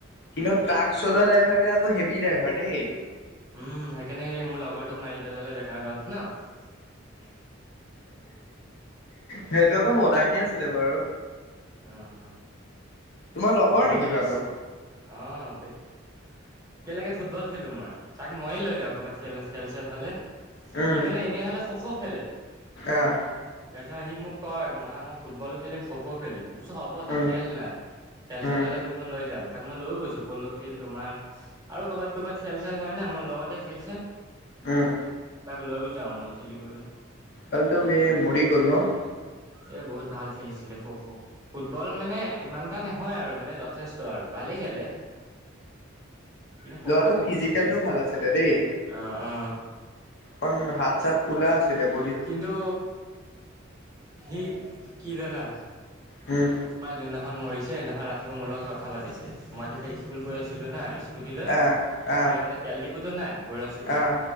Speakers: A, on the left; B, on the right.
A: কিন্তু ট্ৰাক চলোৱা ড্ৰাইভাৰ বিলাক আকৌ হেভি ড্ৰাইভাৰ দেই।
B: উম, সেইকাৰনে মোৰ লগৰটোক মাৰি পেলালে, <unintelligible> গাঁৱত নহ?
A: সিহটো আকৌ মদাহি আছিলে বাৰু।
B: অ',
A: তোমাৰ লগৰ
B: সটো
A: নেকি
B: কি?
A: ল'ৰাটো
B: অ', পাই একেলগে ফুটবল খেলোঁ মই, তাক মইয়ে লৈ যাওঁ ক'ৰবাত খেল খেল চেল হ'লে।
A: উম
B: সি মানে এনে হ'লে খ-খ খেলে।
A: আহ
B: তাৰপিছত সি মোক কয়, মা মই ফুটলো খেলিম খ খেলিম মোৰ কৈছো হ'ব, তই
A: উম
B: খেল না খেল-চেল
A: উম
B: হ'লে তো মই লৈ যাম তাক মই লৈ গৈছোঁ, পল' ফিল্ড তোমাৰ আৰু কৰ'বাত-ক'ৰবাত খেল চেল হয় না, মোৰ লগৰ যে খেল চেল
A: উম।
B: তাক লৈয়ো যাওঁ মই খেলিবলে।
A: কালটো বেহ মৰি গ'ল নহ।
B: এই বহুত ভাল খেলিছিলে খো খো। ফুটবল মানে ইমানটা নহয় আৰু মানে যথেষ্ট আৰু ভালেই খেলে। কিন্তু খো
A: ল'ৰাটো
B: খো বহুত
A: ফিজিকেলটো
B: ভাল খেলিছিলো অ',
A: আছিলে দেই
B: অ'।
A: <unintelligible> হাত চাত ফুলা আছিলে ব
B: কিন্তু সি কি জানা
A: উম।
B: তোমাৰ যোনদিনাখন মৰিছে সিদিনাখন ৰাতিপুৱা মোৰ লগত কথা পাতিছে মই যেতিয়া স্কুল গৈ আছিলো না গুটি লৈ আমাৰ
A: আহ আহ
B: এইকাৰণে তেল ডিপুটো নাই বৰা চুবুৰী
A: আহ